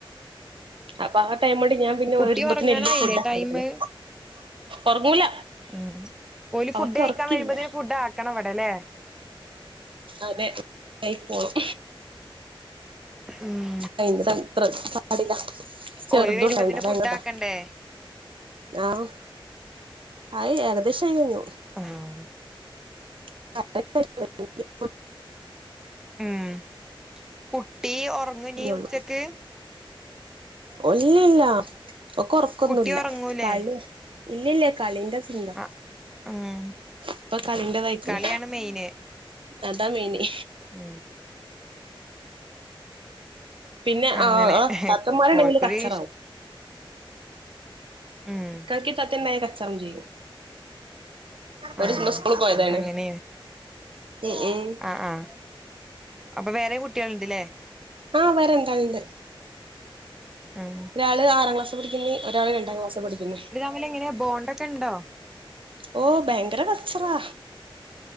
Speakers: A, on the right (about 65°); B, in the centre.
A: അപ്പൊ ആ ടൈം കൊണ്ട് ഞാൻ പിന്നെ
B: കുട്ടി
A: വരുമ്പതെന്
B: ഒറങ്ങാനായില്ലേ
A: എല്ലാ ഫുഡ് ആക്കെ
B: ടൈമ്
A: എടുക്കുന്നു ഉറങ്ങൂല
B: ഉം ഓല് ഫുഡ്
A: അവക്ക്
B: കഴിക്കാൻ
A: ഉറക്കില്ല
B: വരുമ്പഴത്തേക്ക് ഫുഡ് ആക്കണം അവിടെ അല്ലേ
A: അതെ ഐ പോണം
B: ഉം
A: അയിന്റെ തത്ര പാടിലാ ചെറുതുംണ്ടൈയ്ണ്ടേ
B: ഓല് വരുമ്പത്തിന്
A: ഭയങ്കര്
B: ഫുഡ് ആക്കണ്ടേ
A: താ ആഹ് ആയി ഏകദേശം ആയി കയ്ഞ്ഞു
B: ആഹ്
A: <unintelligible> <unintelligible>
B: ഉം കുട്ടി ഒറങ്ങൊനീ
A: ഉള്ളു
B: ഉച്ചക്ക്
A: ഒല്ലില്ല ഓക്ക് ഒറക്കൊന്നുല്ല
B: കുട്ടി ഒറങ്ങൂലേ
A: കള്യാ ഇല്ല്യല്ലാ കളിന്റെ ഇണ്ടാ
B: ആഹ് ഉം
A: ഇപ്പൊ കളിന്റെ തായിക്കുണു
B: കളിയാണ് മെയിന്
A: അതാ മൈയിന്
B: മ്
A: പിന്നെ
B: അങ്ങനെ
A: ആഹ് ഓളെ ഇതാത്തന്മാരുണ്ടെങ്കില്
B: ഓൽക്കൊരു
A: കച്ചറാവും
B: ഇഷ് ഉം
A: ഇക്കാക്കിം ഇത്താത്തിംണ്ടായ കച്ചറ ല്ലേനു ഒരു
B: ആഹ്
A: ന്ന് സ്കൂള് പോയതാണ്
B: അങ്ങനെയാണ്
A: ഉം ഉം
B: ആഹ് ആഹ് അപ്പൊ വേറേം കുട്ട്യാള് ണ്ട്ല്ലേ
A: ആഹ് വേറെ രണ്ടാല്ണ്ട്
B: ഉം
A: ഒരാള് ആറാം ക്ലാസ്സ് പഠിക്കുന്ന് ഒരാള് രണ്ടാം ക്ലാസ് പഠിക്കുന്നേ
B: ഓലെങ്ങനെയാ ബോണ്ടൊക്കെ ഇണ്ടോ
A: ഓഹ് ഭയങ്കര കച്ചറാ